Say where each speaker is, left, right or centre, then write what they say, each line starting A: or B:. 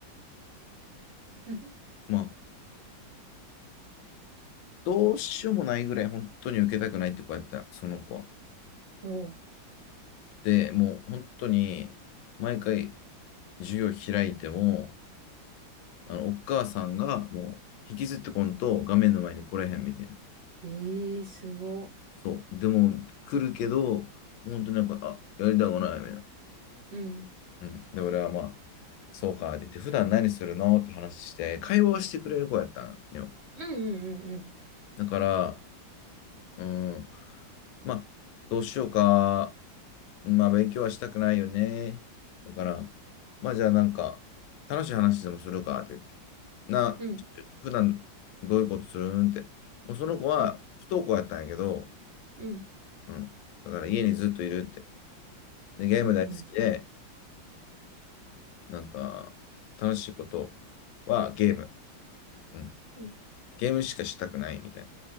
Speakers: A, on the right (about 40°); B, on the left (about 80°).
A: <laughs>
B: まあ、どうしようもないぐらい本当に受けたくないって子やった、
A: あ
B: その子は。
A: おう
B: で、もう本当に毎回授業開いても、あの、お母さんがもう引きずってこんと画面の前に来れへんみたいな。
A: ええー、すご。
B: そう。でも来るけど、本当になんか、あ、やりたくないみたいな。
A: うん。
B: うん。で、俺はまあ、そうかって言って、普段何するのって話して、会話をしてくれる子やったんよ。
A: うんうんうん
B: だから、うん、まあ、どうしようか。まあ、勉強はしたくないよね。だから、まあ、じゃあなんか、楽しい話でもするかって言って。な、
A: うん。
B: 普段どういうことするんって。もうその子は不登校やったんやけど、
A: うんうん
B: うん。だから家にずっといるって。で、ゲーム大好きで、
A: うんうん
B: なんか、楽しいことはゲーム。うん。
A: うん。
B: ゲームしかしたくないみたいな。